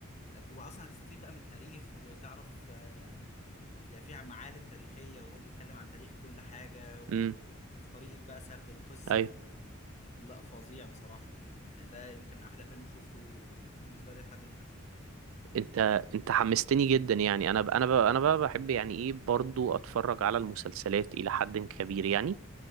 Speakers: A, on the left; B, on the right.
A: واصلا هتستفيد بقى من التاريخ وتعرف آه، يعني في معالم تاريخيه وهو بيتكلم عن تاريخ كل حاجه و-
B: امم
A: وفي طريقه بقى سرد القصه
B: ايوه
A: لا فظيع بصراحة يعني ده يمكن أحلى فيلم شفته بالنسبة لي لحد دلوقتي
B: انت انت حمستني جدا يعني انا ب... انا ب... انا بقى بحب يعني ايه برضو اتفرج على المسلسلات الى حد كبير يعني